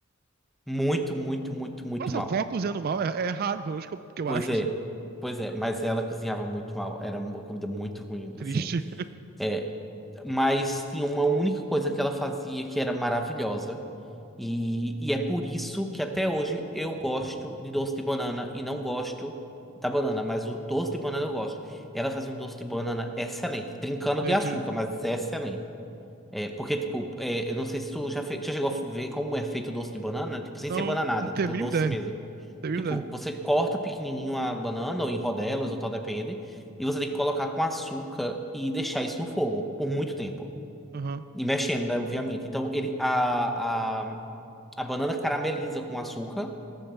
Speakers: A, in the centre; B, on the right.
A: Muito, muito, muito, muito
B: Nossa,
A: mal.
B: vó cozinhando mal é, é raro, pelo menos que eu, que eu
A: Pois
B: acho,
A: é,
B: assim.
A: pois é. Mas ela cozinhava muito mal. Era uma comida muito ruim,
B: Triste.
A: assim. É, Mas tinha uma única coisa que ela fazia que era maravilhosa. E, e é por isso que até hoje eu gosto de doce de banana e não gosto da banana, mas o doce de banana eu gosto. Ela fazia um doce de banana excelente, trincando
B: <laughs> Entendi.
A: de açúcar, mas é excelente. É, porque, tipo, é, eu não sei se tu já, fe- já chegou a ver como é feito o doce de banana, tipo, sem
B: Não,
A: ser bananada,
B: não tenho
A: tipo,
B: a mínima
A: doce
B: ideia.
A: mesmo.
B: Não tenho a
A: Tipo,
B: mínima ideia.
A: você corta pequenininho a banana, ou em rodelas, ou tal, depende, e você tem que colocar com açúcar e deixar isso no fogo por muito tempo.
B: Aham.
A: E mexendo, né? Obviamente. Então, ele, a, a, a banana carameliza com açúcar.